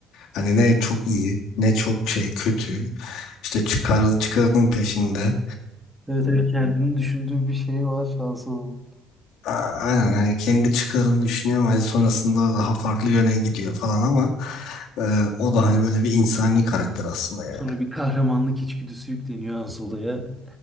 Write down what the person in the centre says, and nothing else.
Evet evet kendini düşündüğü bir şey var Han Solo'nun.
Sonra bir kahramanlık içgüdüsü yükleniyor Han Solo'ya.